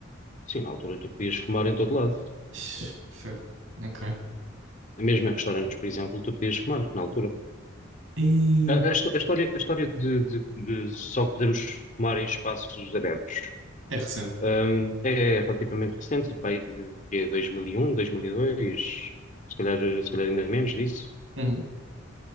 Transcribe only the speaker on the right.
Ixi, fogo. Ok.
E
é recente.
Uhum,